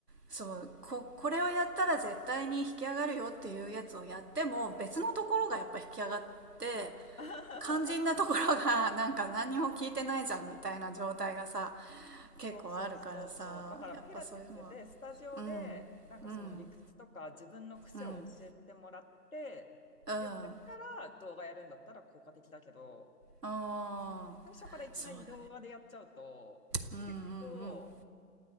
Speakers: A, on the right (about 75°); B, on the left (about 55°).
A: そう、こ、これをやったら絶対に引き上がるよっていうやつをやっても、別のところがやっぱ引き上がって、
B: <laughs>
A: 肝心なところが <laughs> なんか何も聞いてないじゃんみたいな状態がさ、結構あるからさ、
B: そうそうそうそう。だからピラティスで、
A: やっぱそういうのは
B: スタジオで、
A: うん。
B: なんかその理屈とか自分の癖を教えてもらって、
A: うん。うん。うん。あ
B: で、それから動画やるんだったら効果的だけど、
A: あ、
B: 最初からいきなり動画でやっちゃうと、
A: そうだね。うんうんうん。
B: 結構
A: うん。